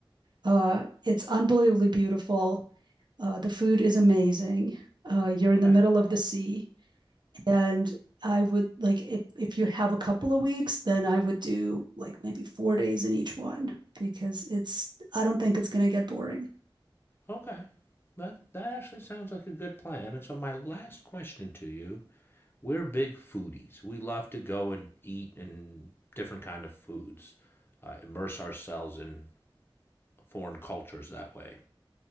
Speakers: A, on the right; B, on the left.
A: Uh it's unbelievably beautiful. Uh the food is amazing. Uh you're in
B: okay,
A: the middle of the sea. And I would like if if you have a couple of weeks, then I would do like maybe four days in each one because it's I don't think it's going to get boring.
B: okay. That that actually sounds like a good plan. And so my last question to you: We're big foodies. We love to go and eat and different kind of foods, uh, immerse ourselves in foreign cultures that way.